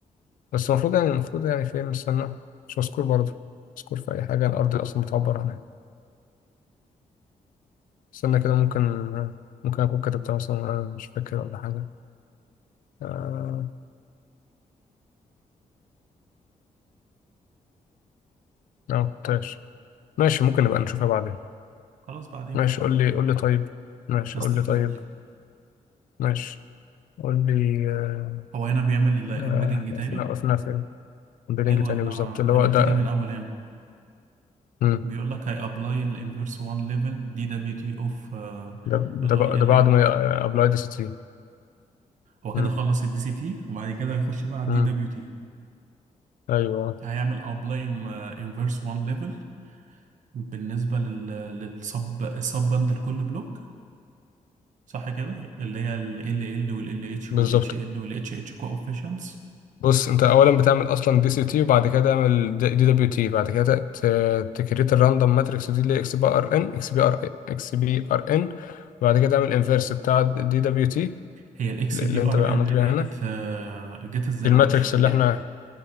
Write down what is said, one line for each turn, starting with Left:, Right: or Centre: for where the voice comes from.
Left: بس المفروض يعني المفروض يعني فين استنى مش مذكور برضه مذكور في اي حاجه الار دي اصلا بتعبر عنها استنى كده ممكن ممكن اكون كتبتها مثلا وأنا مش فاكر ولا حاجه آه... لا ما كتبتهاش ماشي ممكن نبقى نشوفها بعدين
Right: خلاص بعدين
Left: ماشي قول لي قول لي طيب ماشي
Right: نستكمل
Left: قول لي طيب ماشي قول لي آه،
Right: هو هنا بيعمل امبيدنج
Left: آه،
Right: تاني
Left: وقفنا وقفنا فين بيلينج
Right: ايوه
Left: تاني
Right: احنا
Left: بالظبط اللي هو
Right: هنبتدي
Left: ده
Right: من الاول هنا
Left: مم.
Right: بيقول لك هي ابلاي الانفيرس 1 ليفل دي دبليو تي اوف
Left: ده ده
Right: الاي
Left: بق- ده
Right: ال
Left: بعد
Right: ال
Left: ما ابلاي دي سي تي
Right: هو كده
Left: مم.
Right: خلص الدي سي تي وبعد كده هيخش بقى على الدي
Left: مم.
Right: دبليو تي
Left: ايوه آه،
Right: هيعمل ابلاي انفيرس 1 ليفل بالنسبه لل للسب السب باند لكل بلوك صح كده اللي هي ال ال ال وال ال اتش
Left: بالظبط
Right: وال اتش ال وال اتش اتش كوفيشنتس
Left: بص انت اولا بتعمل اصلا دي سي تي وبعد كده تعمل دي دبليو تي بعد كده ت- تكريت الراندوم ماتريكس دي اللي هي اكس بي ار ان اكس بي ار اكس بي ار ان وبعد كده تعمل انفيرس بتاع دي دبليو تي
Right: هي الاكس
Left: اللي
Right: بي
Left: انت
Right: ار
Left: بقى
Right: ان
Left: عملت بيها
Right: ديت
Left: هنا
Right: آه، جت ازاي
Left: دي
Right: معلش
Left: الماتريكس
Right: ال
Left: اللي احنا